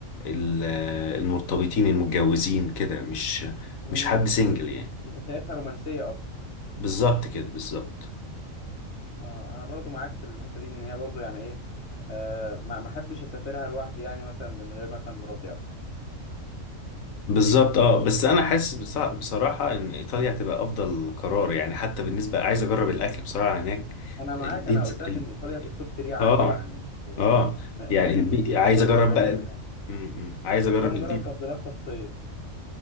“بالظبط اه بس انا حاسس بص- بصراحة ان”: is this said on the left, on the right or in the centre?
Left